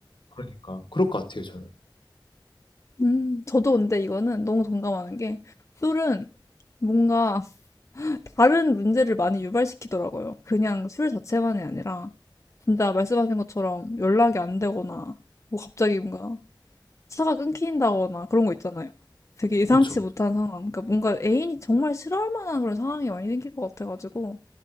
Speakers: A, on the left; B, on the left.
A: 그러니까 그럴 것 같아요, 저는.
B: 음. 저도 근데 이거는 너무 동감하는 게 술은 뭔가 다른 문제를 많이 유발시키더라고요. 그냥 술 자체만이 아니라 진짜 말씀하신 것처럼 연락이 안 되거나 뭐 갑자기 뭔가 차가 끊긴다거나 그런 거 있잖아요. 되게 예상치
A: 그쵸?
B: 못한 상황. 그러니까 뭔가 애인이 정말 싫어할 만한 그런 상황이 많이 생길 것 같아가지고.